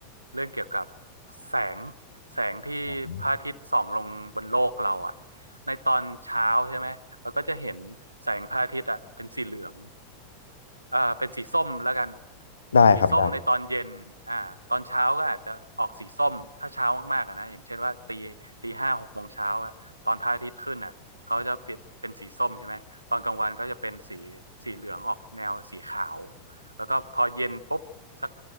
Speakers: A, on the right; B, on the left.
A: เรื่องเกี่ยวกับแสงแสงที่พระอาทิตย์ส่องลงบนโลกเราอ่ะ
B: ผม
A: ในตอนเช้าใช่ไหมเราก็จะเห็นแสงพระอาทิตย์อ่ะเป็นสีเหลือง เอ่อเป็นสีส้มแล้วกัน
B: ได้ครับได้
A: สีส้มในตอนเย็นอ่าตอนเช้าก็อาจจะออกสีส้มถ้าเช้ามากๆอะนะอย่างเช่นว่าตีตีห้าหกโมงเช้าอะตอนพระอาทิตย์ขึ้นอะเขาจะเปลี่ยนเป็นสีส้มใช่ไหมตอนกลางวันก็จะเป็นสีสีเหลืองออกแนวสีขาวแล้วก็พอเย็นปุ๊บสัก